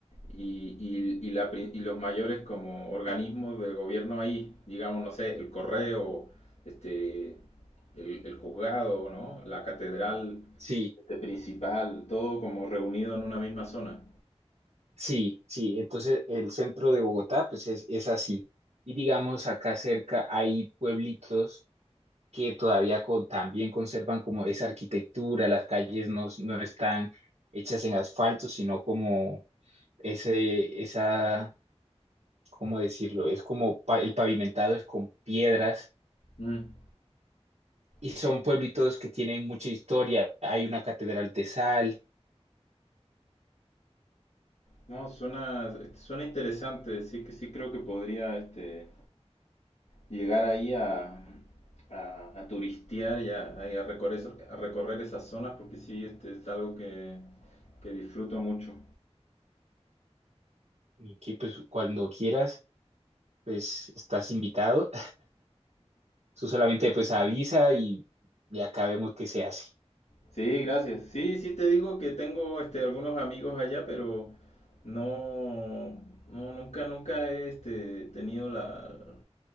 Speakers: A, on the left; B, on the right.
A: y, y- y la pri- y los mayores como organismos de gobierno ahí, digamos, no sé, el correo, este, el, el juzgado, ¿no? La catedral,
B: Sí.
A: este, principal, todo como reunido en una misma zona.
B: Sí, sí, entonces el centro de Bogotá pues es, es así. Y digamos acá cerca hay pueblitos que todavía co- también conservan como esa arquitectura, las calles no, no están hechas en asfalto, sino como ese, esa, ¿cómo decirlo? Es como pa- el pavimentado es con piedras
A: Mm.
B: y
A: Sí,
B: son pueblitos que tienen mucha historia. Hay una catedral de sal
A: no, suena, este, suena interesante, sí que sí creo que podría, este llegar ahí a, a, a turistear y a, a recorrer, a recorrer esas zonas porque sí, este es algo que, que disfruto mucho.
B: y que pues cuando quieras pues estás invitado Tú solamente pues avisa y ya acá vemos qué se hace.
A: Sí, gracias. Sí, sí te digo que tengo este algunos amigos allá, pero no, no nunca, nunca he este, tenido la,